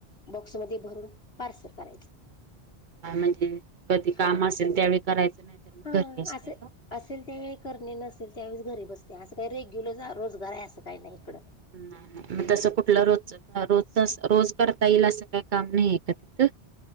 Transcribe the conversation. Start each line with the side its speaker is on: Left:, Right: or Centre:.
Left: बॉक्समध्ये भरून पार्सल करायचं.
Right: हां म्हणजे कधी
Left: हां
Right: काम असेल, त्यावेळी करायचं नाही तर मग
Left: हां
Right: घरी असताय
Left: असं
Right: का?
Left: असेल त्यावेळी करणे नसेल, त्यावेळेस घरी बसते. असं काही रेग्युलर रोजगार आहे असं काही नाही इकडं.
Right: ना म तसं कुटलं रोजच, रोजचं अस रोज करता येईल असं काय काम नाहीय का तिथं?